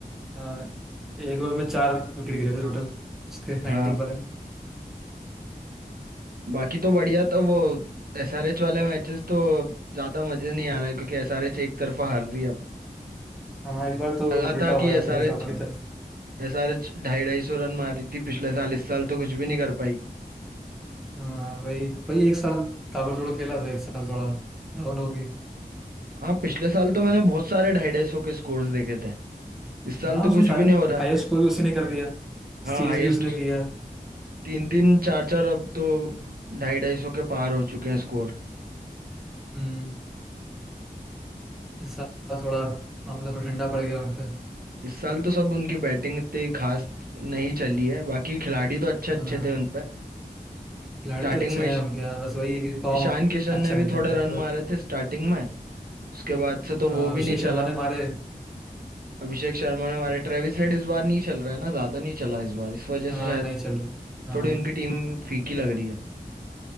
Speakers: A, in the centre; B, on the right.
A: हाँ, एक ओवर में चार विकेट गिरे थे टोटल उसके 19
B: हाँ
A: बॉल में
B: बाकी तो बढ़िया तो वो एसआरएच वाले मैचेस तो ज्यादा मजे नहीं आ रहा है क्योंकि एसआरएच एक तरफा हार रही है अब
A: हाँ इस बार तो
B: लगा
A: उल्टा
B: था
A: हुआ
B: कि एसआरएच
A: है पिछले साल की तरफ
B: एसआरएच ढाई ढाई सौ रन मार रही थी पिछले साल इस साल तो कुछ भी नहीं कर पाई
A: हाँ वही वही एक साल ताबड़तोड़ खेला तो एक साल थोड़ा डाउन हो गई
B: हाँ पिछले साल तो मैंने बहुत सारे ढाई ढाई सौ के स्कोर्स देखे थे इस साल
A: हाँ
B: तो
A: उसने
B: कुछ
A: सारे
B: भी नहीं हो रहा
A: हाईएस्ट
B: है
A: स्कोर भी उसी ने कर दिया चेस
B: हाँ हाईएस्ट
A: भी उसने किया
B: तीन तीन चार चार अब तो ढाई ढाई सौ के पार हो चुके हैं स्कोर
A: हम्म इस साल थोड़ा मामला थोड़ा ठंडा पड़ गया उनका
B: इस साल तो सब उनकी बैटिंग इतनी खास नहीं चली है बाकी खिलाड़ी तो अच्छे अच्छे
A: हाँ
B: थे उनपे
A: खिलाड़ी
B: स्टार्टिंग
A: तो अच्छे
B: में
A: हैं
B: ईश-
A: उनके यहाँ बस वही है कि फॉर्म
B: ईशान किशन
A: अच्छा
B: ने भी
A: नहीं
B: थोड़े
A: था इनका
B: रन
A: इस बार
B: मारे थे स्टार्टिंग में उसके बाद से तो
A: हाँ,
B: वो
A: अभिषेक
B: भी नहीं
A: शर्मा
B: चला
A: ने मारे
B: अभिषेक शर्मा ने मारे ट्रेविस हेड इस बार नहीं चल रहा है ना ज्यादा नहीं चला इस बार इस वजह
A: हाँ
B: से शायद
A: नहीं चल रहा
B: थोड़ी
A: हाँ
B: उनकी टीम फीकी लग रही है